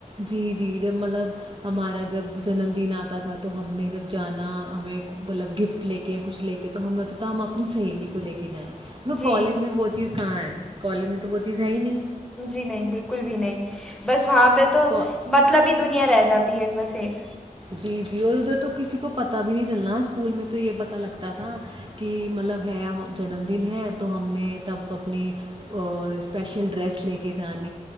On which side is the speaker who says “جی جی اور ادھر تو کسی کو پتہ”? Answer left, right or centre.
Right